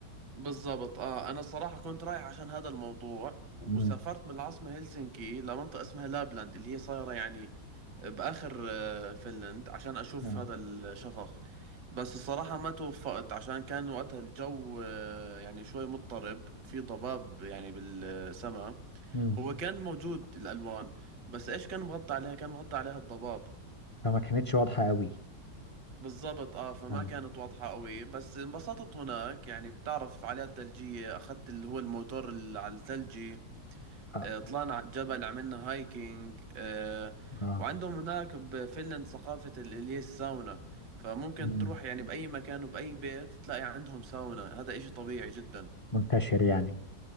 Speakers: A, on the right; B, on the left.
A: بالضبط اه انا الصراحه كنت رايح عشان هذا الموضوع وسافرت
B: امم
A: من العاصمه هلسنكي لمنطقه اسمها لابلاند اللي هي صايره يعني باخر آه، فنلند عشان اشوف
B: آه.
A: هذا الشفق بس الصراحه ما توفقت عشان كان وقتها الجو آه، يعني شوي مضطرب في ضباب يعني بالسماء
B: امم
A: هو كان موجود الالوان بس ايش كان مغطى عليها كان مغطى عليها الضباب
B: فما كانتش واضحة قوي
A: بالضبط اه فما
B: اه
A: كانت واضحة قوي بس انبسطت هناك يعني بتعرف فعاليات ثلجية اخذت اللي هو الموتور اللي على الثلجي
B: اه
A: آه، طلعنا على الجبل عملنا هايكينج آه،
B: آه.
A: وعندهم هناك بفنلند ثقافة ال- اللي هي الساونا فممكن
B: مم.
A: تروح يعني بأي مكان وبأي بيت تلاقي عندهم ساونا هذا إشي طبيعي جدا
B: منتشر يعني